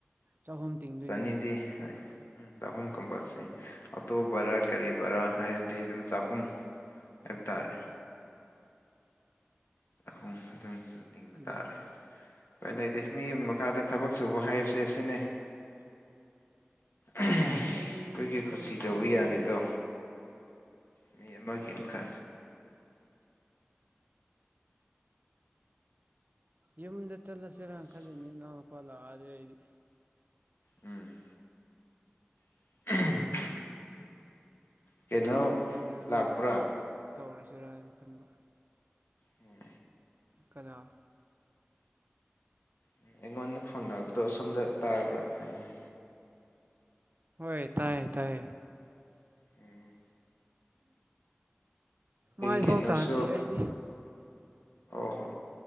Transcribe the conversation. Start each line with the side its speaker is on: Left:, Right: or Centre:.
Right: ꯆꯍꯨꯝ ꯇꯤꯡꯗꯣꯏꯅꯤꯅꯦ
Left: ꯆꯅꯤꯗꯤ ꯍꯥꯏ ꯎ ꯆꯍꯨꯝ ꯀꯝꯄꯜꯁꯅꯤ ꯑꯇꯣꯞ ꯕꯔꯥ ꯀꯔꯤ ꯕꯔꯥ ꯍꯥꯏꯔꯗꯤ ꯑꯗꯨꯝ ꯆꯍꯨꯝ ꯍꯥꯏꯕ ꯇꯥꯔꯦ ꯆꯍꯨꯝ ꯑꯗꯨꯝ ꯇꯤꯡꯕ
Right: ꯕꯦꯔꯥ
Left: ꯇꯥꯔꯦ ꯀꯩꯥꯏ ꯂꯩꯇꯦ ꯃꯤꯒꯤ ꯃꯈꯥꯗ ꯊꯕꯛ ꯁꯨꯕ ꯍꯥꯏꯕꯁꯦ ꯑꯁꯤꯅꯤ ꯑꯩꯈꯣꯏꯒꯤ
Right: ꯑꯩꯗꯤ ꯌꯨꯝꯗ
Left: ꯈꯨꯠꯁꯤ
Right: ꯆꯠꯂꯁꯤꯔꯥꯅ
Left: ꯇꯧꯕ ꯌꯥꯗꯦꯗꯣ
Right: ꯈꯜꯂꯤꯅꯦ
Left: ꯃꯤ ꯑꯃꯥꯒꯤ ꯃꯈꯥ
Right: ꯌꯨꯝꯗ ꯆꯠꯂꯁꯤꯔꯅ
Left: ꯑꯁ
Right: ꯈꯜꯂꯤꯅꯦ ꯅꯅꯥꯎꯅꯄꯥ ꯂꯥꯛꯑꯗꯤ ꯑꯩꯗꯤ
Left: ꯎꯝ <unintelligible> ꯀꯩꯅꯣ
Right: ꯌꯨꯝꯗ ꯔꯦꯜꯋꯦꯒꯤ
Left: ꯂꯥꯛꯄ꯭ꯔꯥ
Right: ꯊꯕꯛ ꯇꯧꯔꯁꯤꯔꯥꯅ ꯈꯟꯕ
Left: ꯎꯝ
Right: ꯀꯅꯥ
Left: ꯎꯝ ꯑꯩꯉꯣꯟꯗ ꯐꯣꯟ ꯂꯥꯛꯄꯗꯣ ꯑꯁꯣꯝꯗ ꯇꯥꯕ꯭ꯔꯥ ꯍꯥꯏꯅꯤ
Right: ꯍꯣꯏ ꯇꯥꯏꯌꯦ ꯇꯥꯏꯌꯦ
Left: ꯎꯝ
Right: ꯃꯥꯏꯐꯥꯎ
Left: ꯀꯩꯅꯣꯁꯨ
Right: ꯇꯥꯗ꯭ꯔꯤ ꯑꯩꯗꯤ
Left: ꯑꯣ ꯍꯣꯍꯣ